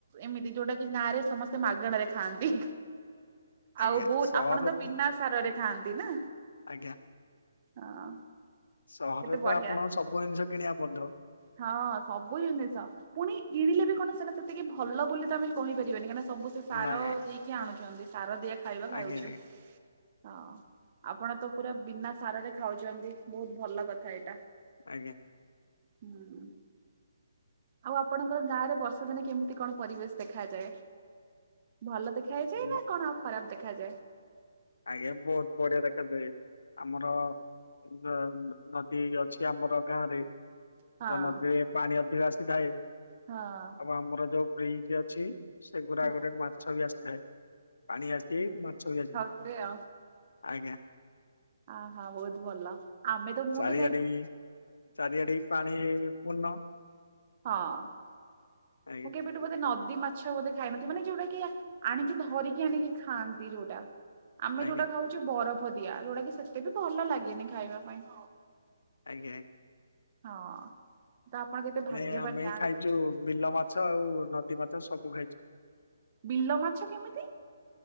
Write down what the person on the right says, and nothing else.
ଏମିତି ଯଉଟା କି ଗାଁ ରେ ସମସ୍ତେ ମାଗେଣାରେ ଖାଆନ୍ତି।
ଆଉ ବହୁତ୍
ଆପଣ ତ ବିନା ସାରରେ ଖାଆନ୍ତି ନା।
ହଁ।
କେତେ ବଢିଆ
ହଁ ସବୁ ଜିନିଷ ପୁଣି କିଣିଲେ ବି କଣ ସେଇଟା ସେତିକି ଭଲ ବୋଲି ତ ଆମେ କହିପାରିବନି କାରଣ ସବୁ ସେ ସାର
ଦେଇକି ଆଣୁଚନ୍ତି ସାର ଦିଆ ଖାଇବା ଖାଉଚୁ।
ହଁ ଆପଣ ତ ପୁରା ବିନା ସାରରେ ଖାଉଚନ୍ତି ବହୁତ୍ ଭଲ କଥା ଏଇଟା।
ହୁଁ। ଆଉ ଆପଣଙ୍କର ଗାଁ ରେ ବର୍ଷାଦିନେ କେମିତି କଣ ପରିବେଶ ଦେଖାଯାଏ? ଭଲ ଦେଖା ହେଇଯାଏ
ନା କଣ ଆଉ ଖରାପ ଦେଖାଯାଏ?
ହଁ
ହଁ
ହଁ
ଏମିତି ଆଉ।
ଆ ହା ବହୁତ ଭଲ ଆମେ ତ ମୁଁ
ତ କାହିଁ
ହଁ ମୁଁ
କେବେ ବୋଧେ ନଦୀ ମାଛ ବୋଧେ ଖାଇନଥିବି ମାନେ ଯୋଉଟା କି ଆଣିକି ଧରିକି ଆଣିକି ଖାଆନ୍ତି ଯୋଉଟା। ଆମେ
ଯୋଉଟା ଖାଉଚୁ ବରଫ ଦିଆ ଯୋଉଟା କି ସେତେ ବି ଭଲ ଲାଗେନି ଖାଇବା ପାଇଁ।
ହଁ। ତ ଆପଣ କେତେ ଭାଗ୍ୟବାନ
ଗାଁରେ
ରହୁଛନ୍ତି।
ବିଲ ମାଛ କେମିତି?